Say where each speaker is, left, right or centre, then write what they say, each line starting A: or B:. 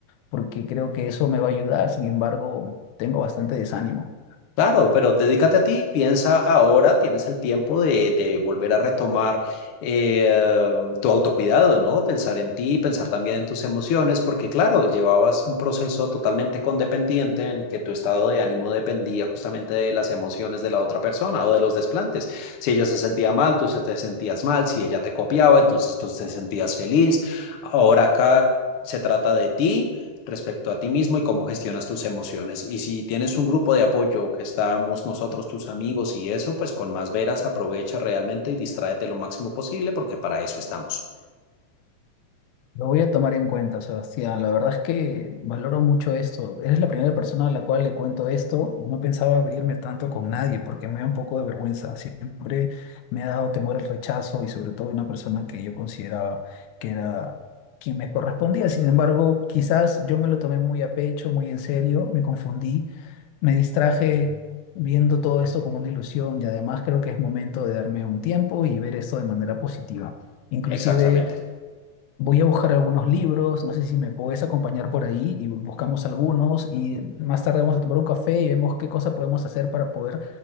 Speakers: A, on the left; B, on the left.
A: porque creo que eso me va a ayudar. Sin embargo, tengo bastante desánimo.
B: Claro, pero dedícate a ti, piensa ahora, tienes el tiempo de, de volver a retomar eh, tu autocuidado, ¿no? Pensar en ti, pensar también en tus emociones, porque claro, llevabas un proceso totalmente condependiente en que tu estado de ánimo dependía justamente de las emociones de la otra persona o de los desplantes. Si ella se sentía mal, tú se te sentías mal, si ella te copiaba, entonces tú te sentías feliz. Ahora acá se trata de ti respecto a ti mismo y cómo gestionas tus emociones. Y si tienes un grupo de apoyo que estamos nosotros, tus amigos y eso, pues con más veras aprovecha realmente y distráete lo máximo posible porque para eso estamos.
A: Lo voy a tomar en cuenta, Sebastián. La verdad es que valoro mucho esto. Eres la primera persona a la cual le cuento esto. No pensaba abrirme tanto con nadie porque me da un poco de vergüenza. Siempre me ha dado temor el rechazo y sobre todo de una persona que yo consideraba que era quien me correspondía. Sin embargo, quizás yo me lo tomé muy a pecho, muy en serio, me confundí, me distraje viendo todo esto como una ilusión y además creo que es momento de darme un tiempo y ver esto de manera positiva. Inclusive...
B: Exactamente.
A: Voy a buscar algunos libros, no sé si me puedes acompañar por ahí y buscamos algunos y más tarde vamos a tomar un café y vemos qué cosa podemos hacer para poder